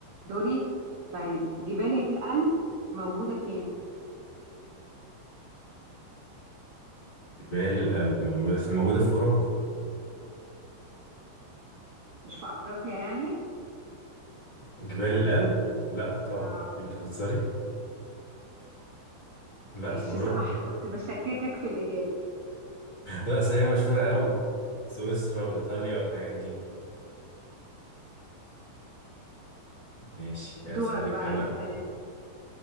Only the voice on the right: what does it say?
دوري طيب جبال الألب موجوده فين
مش في افريقيا يعني
اه
ماشي
صح كنت
بشككك في الاجابه
دورك
بقى
اسال انت